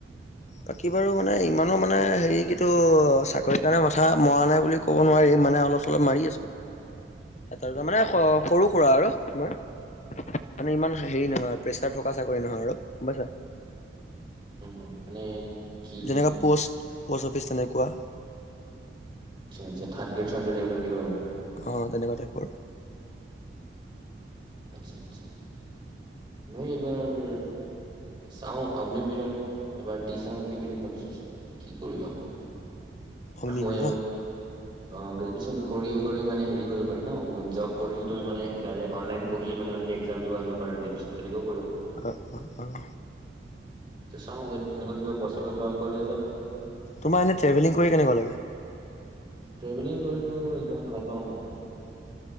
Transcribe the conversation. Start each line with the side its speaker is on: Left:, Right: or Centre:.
Left: বাকী বাৰু মানে ইমানো মানে হেৰি কেতো চাকৰি কাৰণে মাথা মৰা নাই বুলি ক'ব নোৱাৰি, মানে অলপ চলপ মাৰি আছো। এটা দুটা মানে
Right: অ
Left: স সৰু সুৰা আৰু তোমাৰ, মানে ইমান হেৰি নহয় প্ৰেচাৰ থকা চাকৰি নহয় আৰু গম পাইছা।
Right: উম, উম। মানে কি
Left: যেনেকা পোষ্ট পোষ্ট অফিচ, তেনেকুৱা।
Right: আচ্ছা আচ্ছা, থাৰ্ডগ্ৰেড সাৰ্ডগ্ৰেড এইবিলাক দিবা মানে।
Left: অঁ তেনেকুৱা টাইপৰ।
Right: আচ্ছা-আচছা, মই এইবাৰ চাও অগ্নিবীৰত এবাৰ দি চাও নেকি বুলি ভাবিছো। কি কৰিম আকৌ।
Left: অগ্নি
Right: আকৌ
Left: বীৰ
Right: এই
Left: ন'।
Right: মানে অ গ্ৰেজুৱেচন কৰিয়ে কৰি মানে হেৰি কৰিব পাৰে ন জব কৰিও তুমি মানে ডাইৰেক্ট অনলাইন পঢ়িয়ে় মানে অনলি এক্সাম দিব আহিব পাৰাকে দিছে তেনেকও
Left: অঁ অঁ-অঁ।
Right: চাওঁ যদি তেনেকুৱা কিবা পচিবল হয় কলেজত
Left: তোমাৰ এনে ট্ৰেভেলিং কৰি কেনেকুৱা লাগে?
Right: ট্ৰেভেলিং কৰিটো একদম ভাল পাওঁ মইটো,